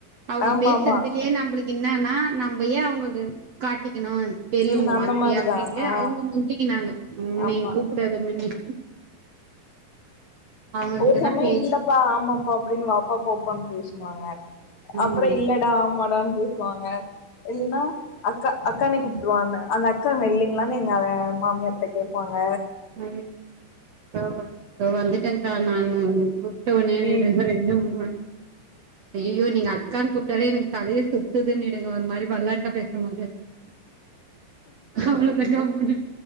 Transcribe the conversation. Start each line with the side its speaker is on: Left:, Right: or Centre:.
Right: அவங்க
Left: ஆமா
Right: பேசுறதுலயே
Left: ஆமா
Right: நம்மளுக்கு ன்னான்னா நம்ப யே அவங்க காட்டி ணும் பெரியவங்க
Left: ம் அந்த
Right: மாதிரி
Left: மாரிதா
Right: அப்டின்ட்டு
Left: ஆ
Right: அவங்க முந்திக்கினாங்க உ
Left: ஆமா
Right: நீ கூப்பிடாத மின்யே அவங்ககிட்டனா
Left: ஒரு சமயம்
Right: பேச்சு
Left: இல்லப்பா ஆமாப்பா அப்டின்னு வாப்பா போப்பான்னு பேசுவாங்க
Right: ம்
Left: அப்புறோ இல்லடா ஆமாடான்னு பேசுவாங்க இல்லைன்னா அக்கா அக்கானே கூப்பிருவான்ன அந்த அக்கா அங்க இல்லிங்களான்னு எங்க மாமியார்ட்ட கேப்பாங்க
Right: உம் <unintelligible> தோ வந்துட்ட தா கூப்ட்ட உட்னே டு
Left: ம்
Right: இங்பாரு ரெண்டு மூணு ஐய்யய்யோ நீங்க அக்கான்னு கூப்பிட்டாலே எனக்கு தலையே சுத்துதுன்னிடுங்க ஒரு மாரி வெளாட்டா பேசும்போதே அவ்ளோதாங்க முடி